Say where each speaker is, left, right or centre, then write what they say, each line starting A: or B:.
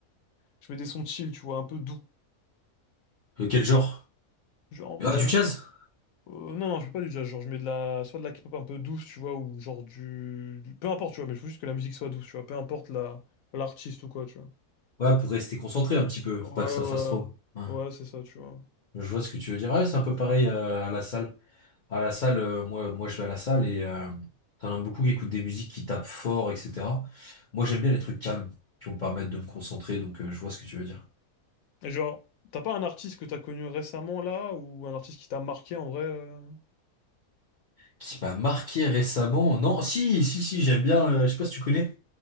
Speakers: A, on the left; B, on the left.
A: je mets des sons chill, tu vois, un peu doux.
B: Euh, quel genre?
A: Genre, en vrai,
B: Ah,
A: je
B: du
A: mets
B: jazz?
A: un peu... euh, non, non, je mets pas du jazz, genre, je mets de la... soit de la K-pop un peu douce, tu vois, ou genre du... du- Peu importe, tu vois, mais je veux juste que la musique soit douce, tu vois, peu importe la... l'artiste ou quoi, tu vois.
B: Ouais, pour rester concentré un petit peu,
A: Ouais,
B: pas que ça
A: ouais,
B: fasse trop. Ouais.
A: ouais, c'est ça, tu vois.
B: Je vois ce que tu veux dire. Ouais, c'est un peu pareil euh, à la salle. À la salle, euh, moi, moi, je vais à la salle et euh, t'en as beaucoup qui écoutent des musiques qui tapent fort, etc. Moi, j'aime bien les trucs calmes qui vont me permettre de me concentrer, donc euh, je vois ce que tu veux dire.
A: Et genre, t'as pas un artiste que t'as connu récemment, là, ou un artiste qui t'a marqué, en vrai euh
B: Qui m'a marqué récemment? Non, si, si, si, j'aime bien. euh, je sais pas si tu connais.